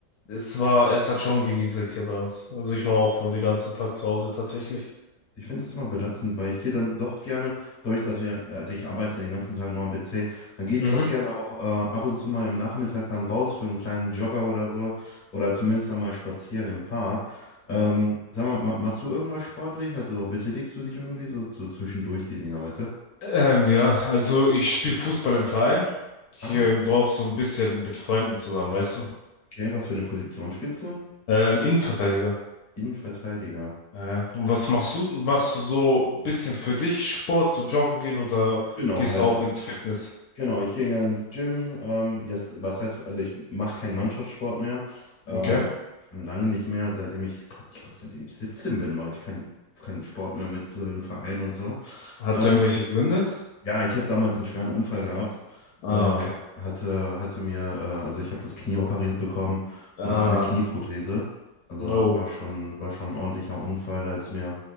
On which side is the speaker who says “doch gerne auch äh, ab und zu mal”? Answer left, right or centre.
Left